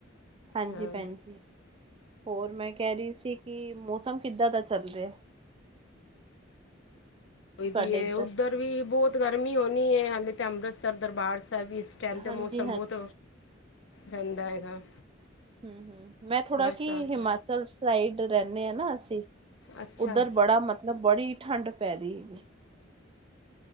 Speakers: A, on the right; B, on the left.
A: ਹਾਂਜੀ
B: ਹਾਂ
A: ਭੈਣ ਜੀ ਹੋਰ ਮੈਂ ਕਹਿ ਰਹੀ ਸੀ ਕਿ ਮੌਸਮ ਕਿੱਦਾਂ ਦਾ ਚੱਲ ਰਿਹਾ।
B: ਹੋਈ
A: ਤੁਹਾਡੇ
B: ਦੀ ਏ
A: ਇੱਧਰ
B: ਉੱਧਰ ਵੀ ਬਹੁਤ ਗਰਮੀ ਹੋਣੀ ਹੈ ਹਾਲੇ ਤਾਂ ਅੰਮ੍ਰਿਤਸਰ ਦਰਬਾਰ ਸਾਹਿਬ ਵੀ ਇਸ ਕੈਨ ਦੇ
A: ਹਾਂਜੀ
B: ਮੌਸਮ
A: ਹਾਂਜੀ
B: ਬਹੁਤ ਰਹਿੰਦਾ ਹੈਗਾ।
A: ਹਮ-ਹਮ ਮੈਂ ਥੋੜਾ
B: ਬਰਸਾਤ
A: ਕੀ ਹਿਮਾਚਲ ਸਾਈਡ ਰਹਿੰਦੇ ਹਾਂ ਨਾ ਅਸੀ।
B: ਅੱਛਾ
A: ਉੱਧਰ ਬੜਾ ਮਤਲਬ ਬੜੀ ਠੰਢ ਪੈ ਰਹੀ